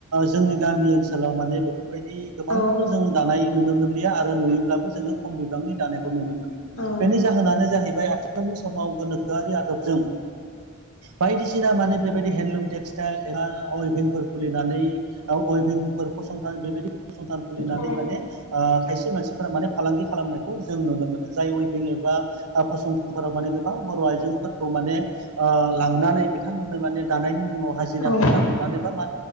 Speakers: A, on the right; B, on the left.
A: जोंनि गामि ओनसोलाव माने बेफोरबायदि गोबांखौनो
B: औ
A: जों दानाय नुनो मोनलि या आरो नुयोब्लाबो जोङो खम बिबांनि दानायखौ नुनो मोनो
B: औ
A: बेनि जाहोनानो जाहैबाय आथि खालनि समाव गोनोखोयारि आदबजों बायदिसिना माने बेबायदि हेन्दलुम टेक्सटाइल एबा अइभिंफोर खुलि नानै अइभिंफोर फंसंथान बेबायदि फसंथान खुलिनानै
B: औ
A: माने ओ खायसे मानसिफोरा माने फालांगि खालामनायखौ जों नुनो मोनो जाय वेबिं एबा फसंथानफोराव माने गोबां बर' आइजोफोरखौ माने लांनानै बिथांमोननो माने दानायनि मुङाव हाजिरा
B: औ
A: फैसा हरनानै बा मा